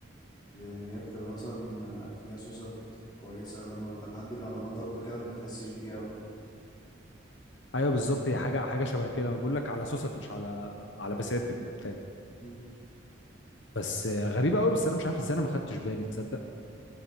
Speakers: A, on the left; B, on the left.
A: اللي هي بتبقى مثلا فيها سوسة كويسة لما بتعدي من على مطب كده ما بتحسش بيها
B: ايوه بالظبط هي حاجه حاجه شبه كده بقول لك على سوست مش على على بساتم وبتاع
A: مم.
B: بس آه، غريبه قوي بس انا مش عارف ازاي انا ما خدتش بالي تصدق